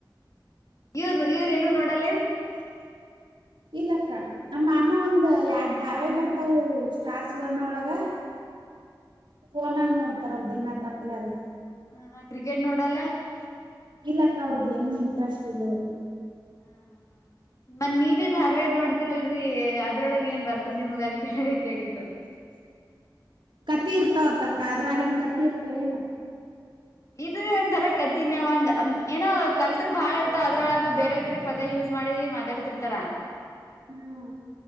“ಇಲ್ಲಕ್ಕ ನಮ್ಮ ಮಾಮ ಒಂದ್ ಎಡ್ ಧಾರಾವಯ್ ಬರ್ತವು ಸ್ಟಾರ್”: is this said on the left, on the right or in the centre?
Right